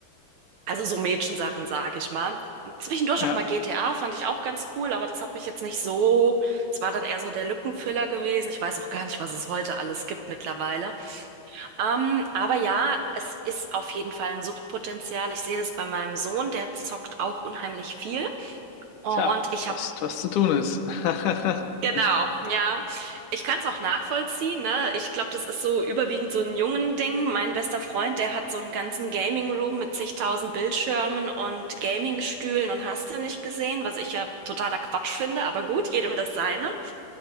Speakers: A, on the right (about 75°); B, on the left (about 65°).
A: Also so Mädchensachen, sage ich mal. Zwischendurch
B: Ja,
A: auch mal GTA fand ich auch ganz cool, aber das hat mich jetzt nicht so. Es war dann eher so der Lückenfüller gewesen. Ich weiß auch gar nicht, was es heute alles gibt mittlerweile. Ähm, aber ja, es ist auf jeden Fall ein Suchtpotenzial. Ich sehe das bei meinem Sohn, der zockt auch unheimlich viel. Und
B: tja,
A: ich
B: weißt,
A: habe
B: was zu tun ist. <laughs>
A: Genau, ja. Ich kann es auch nachvollziehen, ne? Ich glaube, das ist so überwiegend so ein Jungen-Ding. Mein bester Freund, der hat so einen ganzen Gaming-Room mit zigtausend Bildschirmen und Gaming-Stühlen und hast du nicht gesehen, was ich ja totaler Quatsch finde, aber gut, jedem das seine.